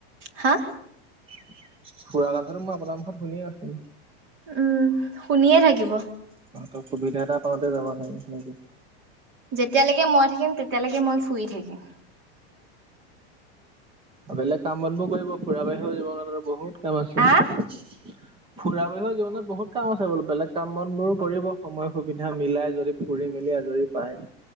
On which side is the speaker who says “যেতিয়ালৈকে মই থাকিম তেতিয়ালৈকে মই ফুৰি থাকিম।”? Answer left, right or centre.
Right